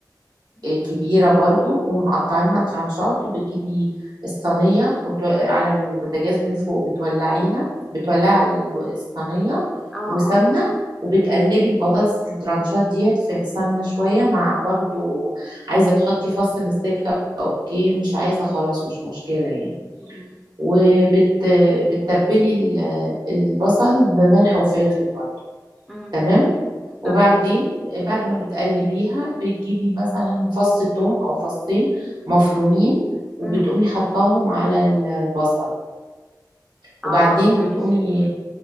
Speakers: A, in the centre; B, on the right.
A: مم.
B: كبيرة برضو ومقطعينها ترانشات وبتجيبي الصينية وتو... على البوتاجاز من فوق بتولعيها بتولعي على الب- الصينية
A: اه
B: وسمنة
A: اه
B: وبتقلبي البطاطس الترانشات ديت في السمنة شوية مع برضو عايزة تحطي فص مستكة اوكي مش عايزة خلاص مش مشكلة يعني
A: مم،
B: وبتتبلي البصل بملح وفلفل برضو
A: مم.
B: تمام وبعدين
A: تمام
B: بعد ما بتقلبيها بتجيبي مثلا فص توم او فصين مفرومين وبتقومي
A: مم، مم.
B: حطاهم على البصل
A: اه
B: وبعدين
A: ماشي
B: بتقومي